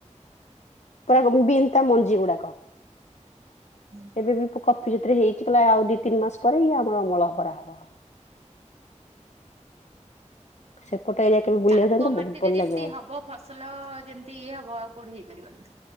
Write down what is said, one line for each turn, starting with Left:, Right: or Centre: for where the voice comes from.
Left: ପୁରା କ ବିନ୍ ତା ମଞ୍ଜି ଗୁଡାକ।
Right: ହୁଁ।
Left: ଏବେ ବି କଫି ଯେଥିରେ ହେଇଚି କହିଲା ଆଉ ଦି ତିନି ମାସ ପରେ ଇଏ ଆମର ଅମଳ କରାହବ। ସେପଟ ଏରିଆ କେବେ ବୁଲିବାକୁ
Right: ତାଙ୍କ
Left: ଯାଆନ୍ତୁ
Right: ମାଟିରେ
Left: ବହୁତ ଭଲ
Right: ଯେମିତି
Left: ଲାଗିବ
Right: ହବ ଫସଲ ଯେମିତି ଇଏ ହବ ଆଉ କୋଉଠି ହେଇପାରିବନି?